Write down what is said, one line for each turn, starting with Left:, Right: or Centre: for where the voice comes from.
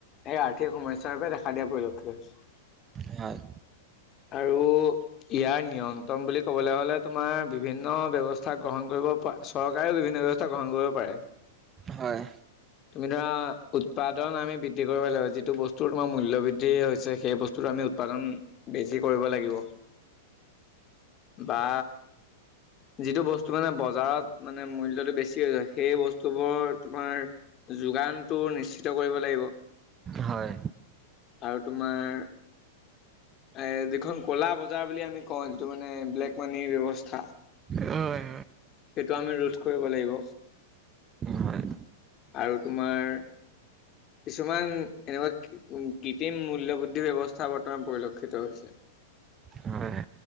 Left: এই আৰ্থিক সমস্যাৰ বাবে দেখা দিয়া পৰিলক্ষিত হৈছে
Right: হয়
Left: আৰু ইয়াৰ নিয়ন্ত্ৰণ বুলি ক'বলৈ হ'লে তোমাৰ বিভিন্ন ব্যৱস্থা গ্ৰহণ কৰিব চৰকাৰেও বিভিন্ন ব্যৱস্থা গ্ৰহণ কৰিব পাৰে
Right: হয়
Left: তুমি ধৰা উৎপাদন আমি বৃদ্ধি কৰিব লাগিব যিটো বস্তু তোমাৰ মূল্য বৃদ্ধি হৈছে সেই বস্তু আমি উৎপাদন বেছি কৰিব লাগিব বা যিটো বস্তু মানে বজাৰত মানে মূল্যটো বেছি হৈ যায় সেই বস্তুবোৰ তোমাৰ যোগানটো নিশ্চিত কৰিব লাগিব
Right: হয়
Left: আৰু তোমাৰ এ যিখন কলা বজাৰ বুলি আমি ক যিটো মানে ব্লেক পানীৰ ব্যৱস্থা
Right: হয় হয়
Left: সেইটো আমি ৰোধ কৰিব লাগিব
Right: হয়।
Left: আৰু তোমাৰ কিছুমান এনেকুৱা কৃত্ৰিম মূল্যবৃদ্ধি ব্যৱস্থা বৰ্তমান পৰিলক্ষিত হৈছে
Right: হয়